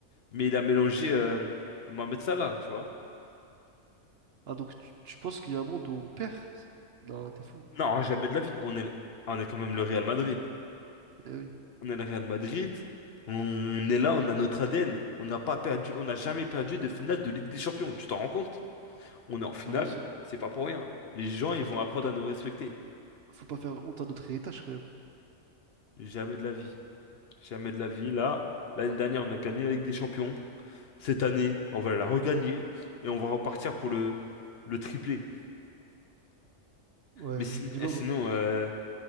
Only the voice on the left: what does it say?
Mais il a mélangé
euh, Mohamed Salah, tu vois.
Non, jamais de la vie. On est, on est quand même le Real Madrid.
on est le Real Madrid, on est là, on a notre ADN, on n'a pas perdu, on n'a jamais perdu de finale de Ligue des Champions, tu t'en rends compte? On est en finale,
c'est pas pour rien. Les gens,
ils
vont
apprendre
à nous respecter.
Jamais de la vie. Jamais de la vie. Là, l'année dernière, on a gagné la Ligue des Champions. Cette année, on va la regagner et on va repartir pour le, le triplé.
Mais sin-
eh, sinon,
euh,